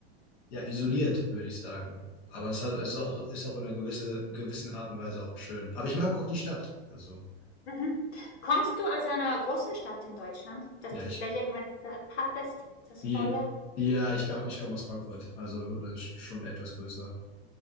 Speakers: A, on the left; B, on the left.
A: ja, isoliert, würde ich sagen. Aber es hat, es ist auch, ist auch in einer gewisse, gewissen Art und Weise auch schön. Aber ich mag auch die Stadt. Also,
B: Mhm. Kommst du aus einer großen Stadt in Deutschland, dass
A: ja,
B: du
A: ich,
B: vielleicht irgendwann satt hattest, das
A: je-
B: Volle?
A: ja, ich kam, ich komme aus Frankfurt, also äh, schon etwas größer.